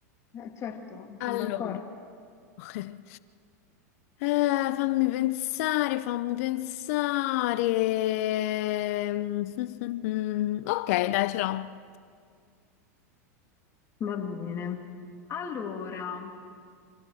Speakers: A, on the left; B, on the left.
A: Eh, certo,
B: Allora,
A: sono d'accordo.
B: <laughs> Eh, fammi pensare, fammi pensare. <laughs> Mm, mm, mm. Ok, dai, ce l'ho.
A: Va bene. Allora,